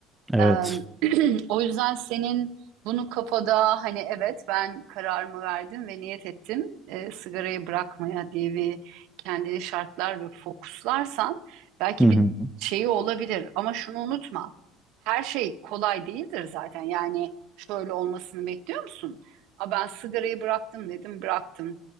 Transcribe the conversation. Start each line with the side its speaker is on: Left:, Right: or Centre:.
Centre: evet.
Right: Eee, <clears throat> o yüzden senin bunu kafada hani evet ben kararımı verdim ve niyet ettim eee, sigarayı bırakmaya diye bir kendini şartlar ve fokuslarsan belki
Centre: Hı hı,
Right: bir şeyi olabilir. Ama şunu unutma. Her şey kolay değildir zaten. Yani şöyle olmasını bekliyor musun? A ben sigarayı bıraktım dedim bıraktım.